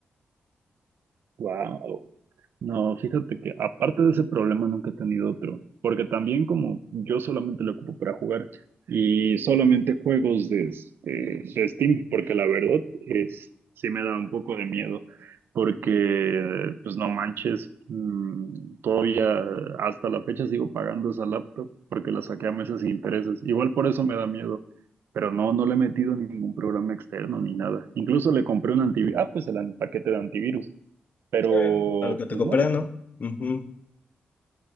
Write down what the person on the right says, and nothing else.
Wow. No, fíjate que aparte de ese problema nunca he tenido otro, porque también como yo solamente lo ocupo para jugar y solamente juegos de, este, de Steam, porque la verdad es, sí me da un poco de miedo, porque pues no manches, mm, todavía hasta la fecha sigo pagando esa laptop porque la saqué a meses sin intereses, igual por eso me da miedo. Pero no, no le he metido ningún programa externo ni nada. Incluso le compré un antivirus. Ah, pues el an- paquete de antivirus. Pero,
pues
no,